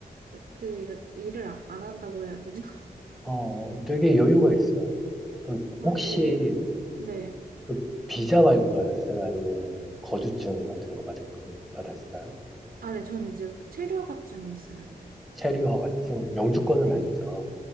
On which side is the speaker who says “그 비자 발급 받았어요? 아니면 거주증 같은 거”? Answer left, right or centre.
Centre